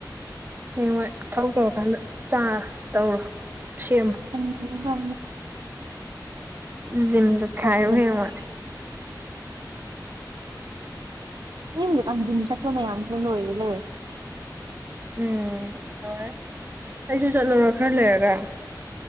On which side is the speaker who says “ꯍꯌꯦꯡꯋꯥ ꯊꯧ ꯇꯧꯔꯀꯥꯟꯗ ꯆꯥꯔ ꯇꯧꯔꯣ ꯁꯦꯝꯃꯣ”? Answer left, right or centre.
Right